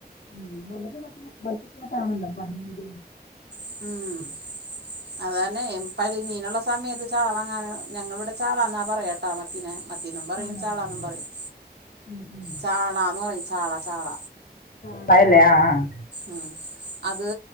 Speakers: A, on the left (about 55°); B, on the right (about 75°).
A: ഉം <unintelligible> പഞ്ഞില്
B: ഉം
A: <inaudible>
B: അതന്നെ പരഞ്ഞീനുള്ള സമയത്ത് ചാള വാങ്ങാനോ ഞങ്ങളിവിടെ ചാളാന്നാ പറയാട്ടൊ മത്തിനെ മത്തിന്നും പറയും
A: ആന്നല്ലേ
B: ചാളാന്നും
A: ആ
B: പറയും
A: ഉം ഉം
B: ചാളാന്ന് പറയും ചാള ചാള
A: <unintelligible> ആഹ് ആഹ്
B: ഉം അത്